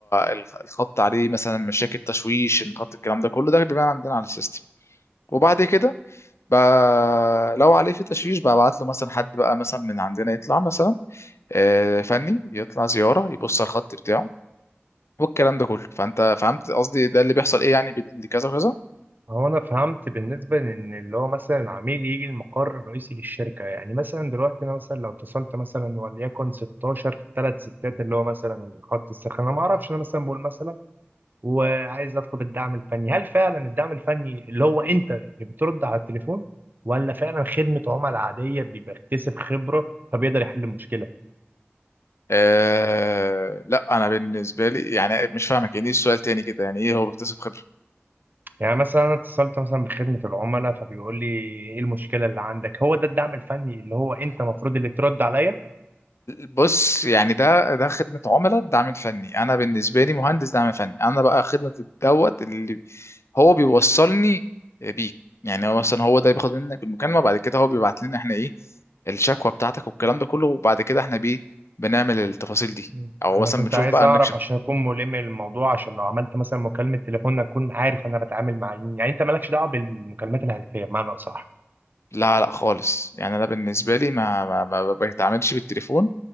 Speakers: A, on the left (about 85°); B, on the right (about 45°).
A: الخ- الخط عليه مثلا مشاكل تشويش الخط الكلام ده كله ده بيبان عندنا على السيستم وبعد كده بقى لو عليه في تشويش ببعت له مثلا حد بقى مثلا من عندنا يطلع مثلا آه، فني يطلع زيارة يبص على الخط بتاعه والكلام ده كله فانت فهمت قصدي ده اللي بيحصل ايه يعني بين اللي كذا وكذا
B: هو انا فهمت بالنسبه لان اللي هو مثلا العميل يجي المقر الرئيسي للشركه يعني مثلا دلوقتي انا مثلا لو اتصلت مثلا وليكن 16 ثلاث ستات اللي هو مثلا خط السخانه ما اعرفش انا مثلا بقول مثلا وعايز اطلب الدعم الفني هل فعلا الدعم الفني اللي هو انت اللي بترد على التليفون ولا فعلا خدمه عملاء عاديه بيبقى اكتسب خبره فبيقدر يحل المشكله
A: آه لا انا بالنسبه لي يعني مش فاهمك يعني ايه السؤال تاني كده يعني ايه هو بيكتسب خبره
B: يعني مثلا انا اتصلت مثلا بخدمه العملاء فبيقول لي ايه المشكله اللي عندك هو ده الدعم الفني اللي هو انت المفروض اللي ترد عليا
A: بص يعني ده ده خدمة عملاء دعم فني أنا بالنسبة لي مهندس دعم فني أنا بقى خدمة الدوت اللي هو بيوصلني بيك يعني هو مثلا هو ده بياخد منك المكالمة بعد كده هو بيبعت لنا احنا إيه الشكوى بتاعتك والكلام ده كله وبعد كده احنا بيه بنعمل التفاصيل دي
B: مم.
A: أو
B: انا
A: مثلا
B: كنت
A: بنشوف
B: عايز
A: بقى
B: اعرف
A: نكشف
B: عشان اكون ملم الموضوع عشان لو عملت مثلا مكالمه تليفون اكون عارف انا بتعامل مع مين يعني انت مالكش دعوه بالمكالمات الهاتفيه بمعنى اصح
A: لا لا خالص يعني انا بالنسبه لي ما ما ما بتعاملش بالتليفون